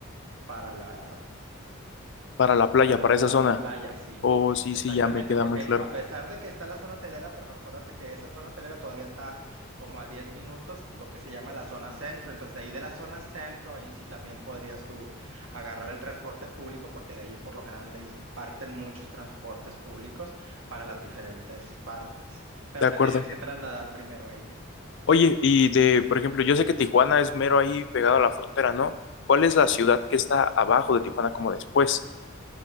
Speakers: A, on the right; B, on the left.
A: para la
B: Para la playa,
A: para la,
B: para esa
A: para
B: zona.
A: la playa, sí,
B: Oh, sí,
A: exactamente,
B: sí, ya me queda
A: porque
B: muy claro.
A: a pesar de que está la zona hotelera, pero acuérdate que esa zona hotelera todavía está como a 10 minutos, lo que se llama la zona centro, entonces de ahí de la zona centro, ahí sí también podrías tú agarrar el transporte público, porque de ahí por lo general de ahí parten muchos transportes públicos para las diferentes partes, pero
B: De
A: te
B: acuerdo.
A: tienes que trasladar primero ahí,
B: Oye, y de, por ejemplo, yo sé que Tijuana es mero ahí pegado a la frontera, ¿no? ¿Cuál es
A: ¿sí?
B: la ciudad que está abajo de Tijuana como después?